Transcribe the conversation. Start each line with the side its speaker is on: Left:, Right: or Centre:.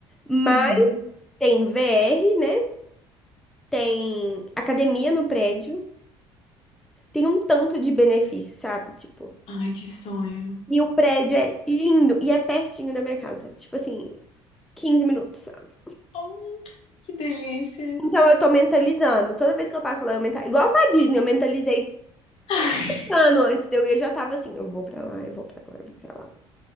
Centre: Mas
Left: Uhum.
Centre: tem VR, né? Tem academia no prédio. Tem um tanto de benefício, sabe? Tipo.
Left: Ai, que sonho.
Centre: E o prédio é lindo e é pertinho da minha casa. Tipo assim, 15 minutos, sabe?
Left: Hum, que delícia.
Centre: Então eu tô mentalizando. Toda vez que eu passo lá, eu mentalizo. Igual com a Disney, eu mentalizei
Left: <laughs>
Centre: ano antes de eu ir, eu já tava assim, eu vou pra lá, eu vou pra lá, eu vou pra lá.